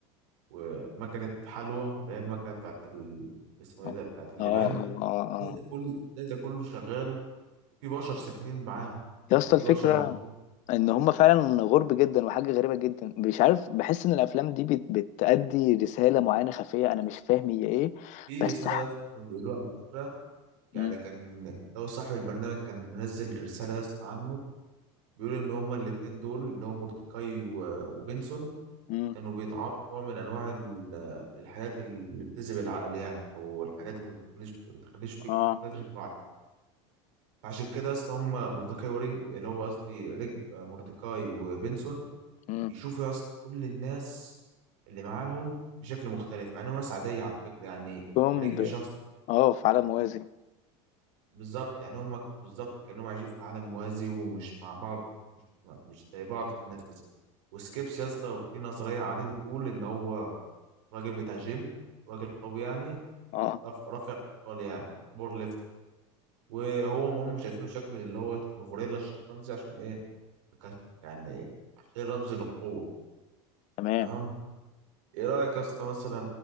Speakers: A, on the right; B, on the left.
A: ومكنه حلوى اللي هي المكنه بتاعت ال... اللي اسمه ايه
B: اه
A: ده بتاعت اللبان
B: اه آه.
A: إزاي ده
B: آه.
A: كله إزاي ده كله شغال وفي بشر ساكنين معاهم يعني
B: يا اسطى الفكرة
A: في بشر موجودين
B: ان هم فعلا غرب جدا وحاجه غريبه جدا مش عارف بحس ان الافلام دي بت... بتأدي رساله معينه خفيه انا مش فاهم هي ايه
A: في رساله
B: بس ح...
A: يا اسطى كانوا بيقولوها على فكره، يعني
B: مم.
A: كان لو صاحب البرنامج كان منزل رسالة يا اسطى عنه بيقول إن هما الاتنين دول اللي هو مورتيكاي و- وبنسون
B: مم.
A: كانوا بيتعاطوا نوع من أنواع ال- الحاجات اللي بتذهب العقل يعني أو الحاجات اللي بتخليش بتخليش فيك
B: اه
A: فاكر في الوعي فعشان كده يا اسطى هما مورتيكاي ورجب اللي هو قصدي رجب آه، مورتيكاي وبنسون
B: مم.
A: بيشوفوا يا اسطى كل الناس اللي معاهم بشكل مختلف مع إنهم ناس عادية على فكرة يعني
B: كوم
A: رجب
B: ب...
A: شخص
B: اه في عالم موازي
A: بالظبط يعني هم بالظبط كأنهم عايشين في عالم موازي ومش مع بعض مش مش زي بعض في الناس بس وسكيبس يا اسطى في نظرية عليه بتقول إن هو راجل بتاع جيم راجل قوي يعني
B: اه
A: رف- رافع أثقال يعني بور ليفت وهو هم شايفينه شكل اللي هو الغوريلا الشمبانزي عشان إيه كش- يعني عشان رمز للقوة
B: تمام
A: تمام إيه رأيك يا اسطى مثلا